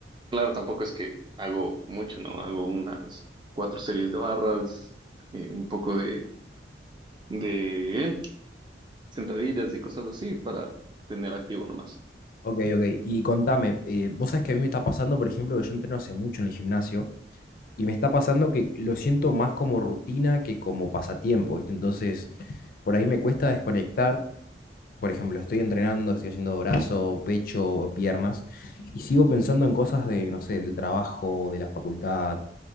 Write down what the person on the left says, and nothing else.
Ok, ok. Y contame, eh, vos sabés que a mí me está pasando, por ejemplo, que yo entreno hace mucho en el gimnasio Y me está pasando que lo siento más como rutina que como pasatiempo, ¿viste? Entonces, por ahí me cuesta desconectar. Por ejemplo, estoy entrenando, estoy haciendo brazo, pecho, piernas, y sigo pensando en cosas de, no sé, del trabajo, de la facultad,